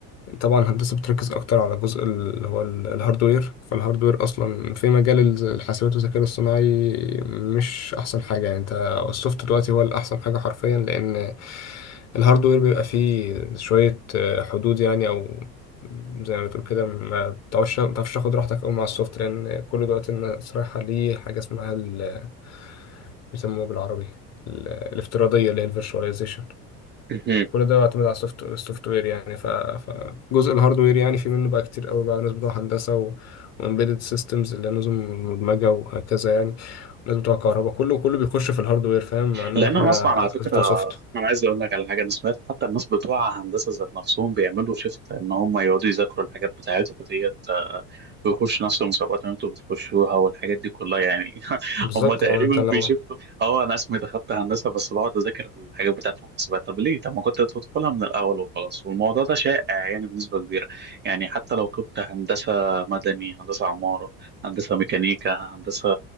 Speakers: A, on the left; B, on the right.
A: طبعا الهندسة بتركز أكتر على جزء اللي هو ال- الهاردوير فالهاردوير أصلا في مجال الز- الحاسبات والذكاء الاصطناعي مش أحسن حاجة يعني أنت السوفت دلوقتي هو الأحسن حاجة حرفيا لأن الهاردوير بيبقى فيه شوية آه، حدود يعني أو زي ما بتقول كده ما بتعرفش ما بتعرفش تاخد راحتك أوي مع السوفت لأن كل دلوقتي الناس رايحة ليه حاجة اسمها ال- بيسموها بالعربي ال- الافتراضية اللي هي الفيرشواليزيشن
B: <laughs>
A: كل ده بيعتمد على السوفت السوفت وير يعني ف... فجزء الهاردوير يعني في منه بقى كتير قوي بقى ناس بتوع هندسه و... وامبيدد سيستمز اللي هي نظم مدمجه وهكذا يعني وناس بتوع كهرباء كله كله بيخش في الهاردوير فاهم انما
B: لان
A: احنا
B: انا اسمع على فكره
A: ناس بتوع سوفت
B: انا عايز اقول لك على حاجه انا سمعت حتى الناس بتوع هندسه ذات نفسهم بيعملوا شيفت ان هم يقعدوا يذاكروا الحاجات بتاعتهم ديت آه، ويخشوا نفس المسابقات اللي انتوا بتخشوها والحاجات دي كلها يعني <laughs>
A: بالظبط
B: هم تقريبا
A: اه انت لو
B: بيشفتوا اه انا اسمي دخلت هندسه بس بقعد اذاكر الحاجات بتاعت الحسابات طب ليه طب ما كنت تدخلها من الاول وخلاص والموضوع ده شائع يعني بنسبه كبيره يعني حتى لو كنت هندسه مدني هندسه عماره هندسه ميكانيكا هندسه